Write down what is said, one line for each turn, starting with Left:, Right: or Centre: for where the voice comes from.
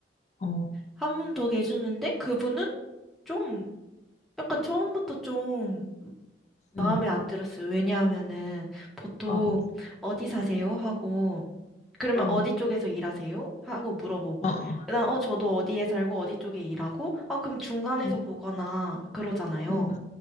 Left: 어,
Centre: 한 분 더 계셨는데, 그분은 좀, 약간 처음부터 좀
Left: 응,
Centre: 마음에 안 들었어요. 왜냐하면은 보통
Left: 어, 어,
Centre: 어디 사세요? 하고 그러면
Left: 어,
Centre: 어디 쪽에서 일하세요? 하고 물어보고
Left: 어, 어,
Centre: 그다음 어 저도 어디에 살고 어디 쪽에 일하고 아 그럼 중간에서
Left: 응,
Centre: 보거나 그러잖아요.
Left: 응,